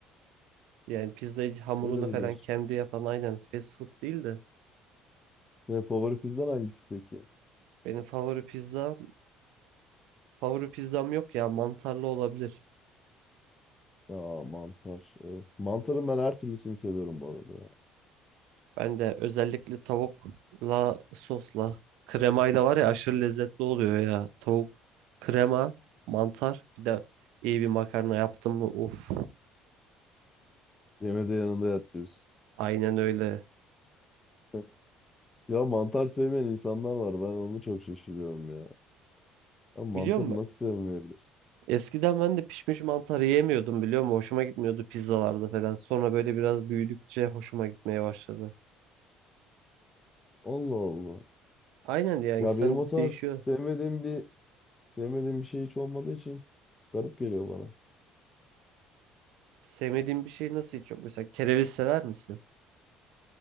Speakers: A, on the right (about 80°); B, on the left (about 20°).
A: Yani pizzayı hamurunu
B: Öyle mi
A: falan
B: diyorsun?
A: kendi yapan aynen fast food değil de
B: Senin favori pizzan hangisi peki?
A: benim favori pizza favori pizzam yok ya mantarlı olabilir.
B: Ya mantar. Evet. Mantarın ben her türlüsünü seviyorum bu arada ya.
A: Ben de özellikle tavukla sosla kremayla var ya aşırı lezzetli oluyor ya. Tavuk, krema, mantar bir de iyi bir makarna yaptım mı uf.
B: Yemede yanında yat diyorsun.
A: Aynen öyle.
B: <laughs> Ya mantar sevmeyen insanlar var. Ben onu çok şaşırıyorum ya. Ya mantarı
A: Biliyor musun?
B: nasıl sevmeyebilirsin?
A: Eskiden ben de pişmiş mantar yiyemiyordum biliyor musun? Hoşuma gitmiyordu pizzalarda falan. Sonra böyle biraz büyüdükçe hoşuma gitmeye başladı.
B: Allah Allah.
A: Aynen ya insan
B: Ya benim o tarz
A: değişiyor.
B: sevmediğim bir sevmediğim bir şey hiç olmadığı için garip geliyor bana.
A: Sevmediğin bir şey nasıl hiç yok? Mesela kereviz sever misin?